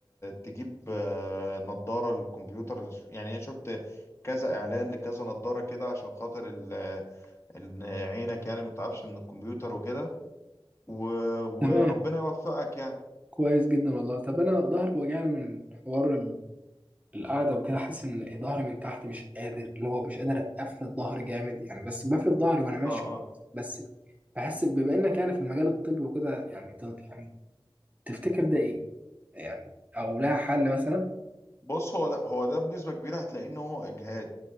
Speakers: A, on the left; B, on the right.
A: تجيب آه، نظاره للكمبيوتر يعني انا شفت كذا اعلان لكذا نظاره كده عشان خاطر ال ان عينك يعني ما تعبش من الكمبيوتر وكده و... وربنا
B: تمام
A: يوفقك يعني
B: كويس جدا والله طب انا ظهري وجعني من حوار ال- القعده وكده حاسس ان ظهري من تحت مش قادر اللي هو مش قادر افرد ظهري جامد يعني بس بفرد ظهري وانا ماشي
A: اه
B: كويس
A: اه
B: بس بحس بما انك يعني في المجال الطبي وكده يعني ت- يعني تفتكر ده ايه يعني او لها حل مثلا
A: بص هو ده هو ده بنسبة كبيرة هتلاقي ان هو اجهاد